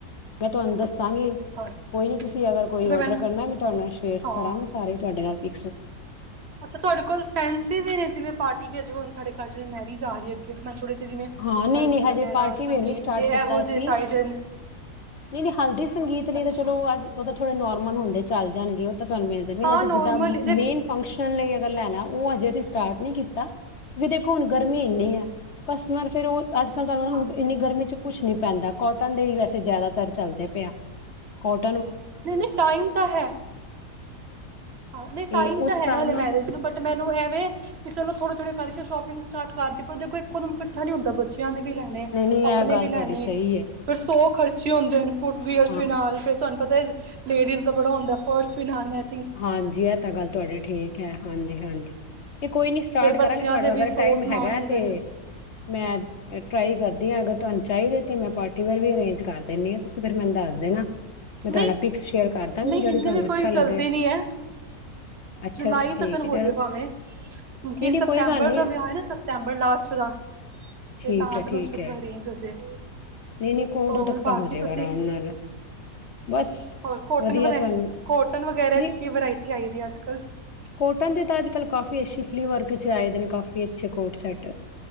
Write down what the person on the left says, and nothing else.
ਮੈਂ ਤੁਹਾਨੂੰ ਦੱਸਾਂਗੀ
ਕੋਈ ਨੀ ਤੁਸੀਂ ਅਗਰ ਕੋਈ
ਔਡਰ
ਕਰਨਾ ਮੈਂ ਤੁਹਾਡੇ ਨਾਲ ਸ਼ੇਅਰਸ
ਕਰਾਂਗੀ ਸਾਰੇ ਤੁਹਾਡੇ ਨਾਲ ਪੀ
ਹਾਂ ਨਹੀਂ
ਨਹੀਂ ਹਜੇ
ਪਾਰਟੀ
ਵੇਅਰ ਨੀ ਸਟਾਰਟ
ਕੀਤਾ
ਸੀ
ਨਹੀਂ ਨਹੀਂ ਹਲਦੀ ਸੰਗੀਤ ਲਈ
ਤਾਂ ਚਲੋ ਅੱਜ ਉਹ ਤਾਂ ਥੋੜੇ ਨੋਰਮਲ ਹੁੰਦੇ ਚੱਲ ਜਾਣਗੇ ਉਹ ਤਾਂ ਤੁਹਾਨੂੰ ਮਿਲ ਜਾਂਗੇ
ਬਟ
ਜਿੱਦਾਂ
ਮੇਨ ਫੰਕਸ਼ਨ ਲਈ ਅਗਰ ਲੈ ਲੈ ਉਹ ਹਜੇ ਅਸੀਂ ਸਟਾਰਟ ਨਹੀਂ ਕੀਤਾ ਕਿਉਂਕਿ ਦੇਖੋ ਹੁਣ ਗੱਲ ਰ ਮਹੀਨੇ ਆ ਫਿਰ ਓ ਅੱਜ ਕੱਲ ਤੁਹ
ਇੰਨੀ
ਗਰਮੀ ਚ ਕੁੱਛ ਨੀ ਪੈਂਦਾ ਕੋਟਨ ਦੇ ਹੀ। ਵੈਸੇ ਜ਼ਿਆਦਾਤਰ ਚੱਲਦੇ ਪਿਆ ਕੋਟ
ਤੇ ਉਸ
ਹਿਸਾਬ
ਨਾਲ
ਨਹੀਂ ਨਹੀਂ
ਇਹ ਗੱਲ
ਤੁਹਾਡੀ ਸਹੀ ਹੈ
ਹਾਂ
ਹਾਂਜੀ ਇਹ ਤਾਂ ਗੱਲ ਤੁਹਾਡੀ ਠੀਕ ਹੈ। ਹਾਂਜੀ- ਹਾਂਜੀ ਇਹ ਕੋਈ ਨੀ ਸਟਾਰਟ
ਕਰਾਂਗੇ ਤੁਹਾਡਾ
ਅਗਰ
ਟਾਈਮ
ਹੈਗਾ
ਤੇ
ਮੈਂ ਟਰਾਈ ਕਰਦਾ ਅਗਰ ਤੁਹਾਨੂੰ ਚਾਹੀਦੇ ਤੇ ਮੈਂ ਪਾਰਟੀ ਵੇਅਰ ਵੀ ਅਰੇਂਜ ਕਰ ਦਿੰਦੀ ਹਾਂ ਤੁਸੀਂ ਫੇਰ ਮੈਨੂੰ ਦੱਸ ਦੇਣਾ। ਮੈਂ
ਤੁਹਾਡਾ ਪਿਕਸ ਸ਼ੇਅਰ ਕਰ ਦਾਂਗੀ
ਜਿਹੜੀ
ਤੁਹਾਨੂੰ
ਅੱਛਾ
ਲੱਗੇ
ਅੱਛਾ-ਅੱਛਾ
ਠੀਕ
ਹੈ
ਚਲੋ
ਨਹੀਂ-ਨਹੀਂ
ਕੋਈ ਗੱਲ ਨਹੀਂ
ਠੀਕ
ਹੈ
ਠੀਕ
ਹੈ
ਨਹੀਂ-ਨਹੀਂ
ਉਦੋਂ ਤੱਕ
ਤਾਂ ਹੋ ਜਾਏਗਾ
ਆਰਾਮ ਨਾਲ ਬਸ
ਵਧੀਆ ਤੁਹਾਨੂੰ
ਨਹੀਂ
ਕੋਟਨ ਦੇ ਤਾਂ ਅੱਜ ਕੱਲ੍ਹ ਕਾਫੀ ਅੱਛੇ ਫਲੀਵਰਕ ' ਆਏ ਦੇ ਨੇ ਕਾਫੀ ਅੱਛੇ ਕੋਟ ਸੈਟ